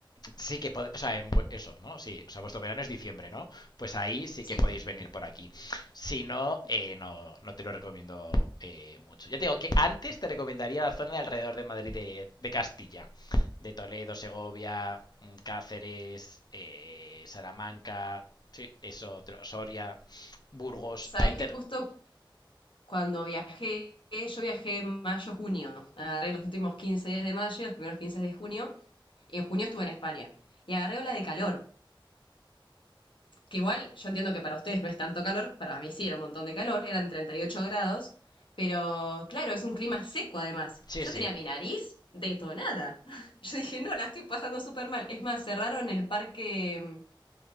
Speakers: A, on the left; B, on the left.
A: sí que pod- o sea, en eso, ¿no? Sí, o sea, vuestro verano es diciembre, ¿no? Pues ahí sí
B: Sí.
A: que podéis venir por aquí. Si no, eh, no, no te lo recomiendo eh, mucho. Ya te digo que antes te recomendaría la zona de alrededor de Madrid de, de Castilla, de Toledo, Segovia, mm, Cáceres, eh, Salamanca, sí, eso, Soria, Burgos,
B: Sabés
A: ahí te...
B: que justo Cuando viajé, yo viajé en mayo, junio. Agarré los últimos 15 días de mayo, los primeros 15 de junio. Y en junio estuve en España. Y agarré ola de calor. Que igual yo entiendo que para ustedes no es tanto calor, para mí sí era un montón de calor, eran 38 grados. Pero claro, es un clima seco además.
A: Sí,
B: Yo
A: sí.
B: tenía mi nariz detonada. <laughs> Yo dije, no, la estoy pasando súper mal. Es más, cerraron el parque,